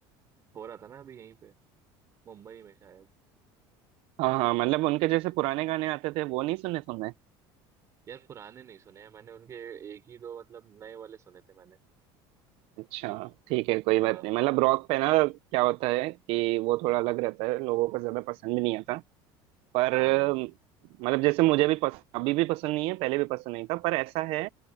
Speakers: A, on the right; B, on the right.
A: हो रहा था ना अभी यहीं पे मुंबई में शायद
B: हाँ हाँ मतलब उनके जैसे पुराने गाने आते थे वो नहीं सुने तुमने
A: यार पुराने नहीं सुने हैं मैंने उनके एक ही दो मतलब नए वाले सुने थे मैंने
B: अच्छा ठीक है कोई
A: हाँ
B: बात नहीं मतलब रॉक पे ना क्या होता है कि वो थोड़ा अलग रहता है लोगों को ज्यादा पसंद भी नहीं आता पर
A: हाँ
B: अम, मतलब जैसे मुझे भी पस, अभी भी पसंद नहीं है पहले भी पसंद नहीं था पर ऐसा है